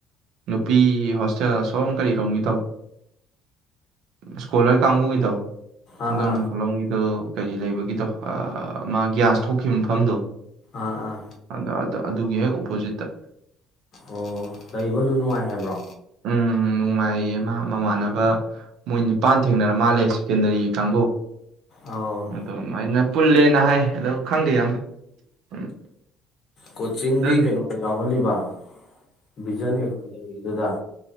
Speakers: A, on the right (about 65°); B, on the left (about 50°).
A: ꯅꯨꯄꯤ ꯍꯣꯁꯇꯦꯜ ꯑꯁꯣꯝ ꯀꯔꯤꯔꯣꯝꯒꯤ ꯇꯧ ꯏꯁꯀꯣꯂꯔ ꯀꯥꯡꯕꯨꯒꯤꯗꯣ
B: ꯑꯥ
A: ꯗꯣ
B: ꯑꯥ
A: ꯍꯂꯣꯡꯒꯤꯗꯣ ꯀꯔꯤ ꯂꯩꯕꯒꯤꯗꯣ ꯃꯥ ꯒ꯭ꯌꯥꯁ ꯊꯣꯛꯈꯤꯕ ꯃꯐꯝꯗꯣ
B: ꯑꯥ ꯑꯥ
A: ꯑꯗ ꯑꯗ- ꯑꯗꯨꯒꯤ ꯍꯦꯛ ꯑꯣꯄꯣꯖꯤꯠꯇ
B: ꯑꯣ ꯂꯩꯕꯗꯨ ꯅꯨꯡꯉꯥꯏ ꯍꯥꯏꯕ꯭ꯔꯣ
A: ꯎꯝ ꯅꯨꯡꯉꯥꯏꯌꯦ ꯃꯥ ꯃꯃꯥꯟꯅꯕ ꯃꯣꯏ ꯅꯤꯄꯥꯟ ꯊꯦꯡꯅꯔ ꯃꯥꯜꯂꯦ ꯁꯦꯀꯦꯟꯗꯔꯤ ꯀꯥꯡꯕꯨ
B: ꯑꯣ
A: ꯑꯗꯥꯏꯩꯅ ꯄꯨꯜꯂꯦꯅ ꯍꯥꯏ ꯑꯗꯣ ꯈꯪꯗꯦ ꯑꯃ ꯎꯝ
B: ꯀꯣꯆꯤꯡꯗꯤ
A: ꯑꯗꯨꯅꯤ
B: ꯀꯩꯅꯣꯗ ꯌꯥꯎꯍꯜꯂꯤꯕ <inaudible> ꯕꯤꯖꯟ ꯑꯦꯗ ꯔꯖꯗꯥ